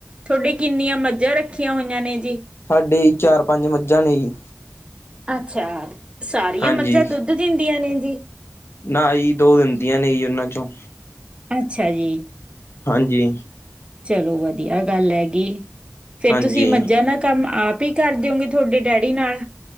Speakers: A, on the right; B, on the left.
A: ਵੀ ਕਿੰਨੀਆਂ ਮੱਝਾਂ ਰੱਖੀਆਂ ਹੋਈਆਂ ਨੇ। ਜੀ।
B: ਸਾਡੀ ਚਾਰ ਪੰਜ ਮੱਝਾਂ ਨੇ ਜੀ।
A: ਅੱਛਾ ਸਾਰੀਆਂ
B: ਹਾਂਜੀ
A: ਮੱਝਾਂ ਦੁੱਧ ਦਿੰਦੀਆਂ ਨੇ ਜੀ।
B: ਨਾ ਜੀ ਦੋ ਦਿੰਦੀਆਂ ਨੇ ਉਹਨਾਂ ਚੋਂ।
A: ਅੱਛਾ ਜੀ।
B: ਹਾਂਜੀ।
A: ਚਲੋ ਵਧੀਆ ਗੱਲ ਹੈਗੀ ਫੇਰ
B: ਹਾਂਜੀ
A: ਤੁਸੀਂ ਮੱਝਾਂ ਨਾ ਕੰਮ ਆਪ ਹੀ ਕਰ ਦਿਓਗੇ ਤੁਹਾਡੇ ਡੈਡੀ ਨਾਲ।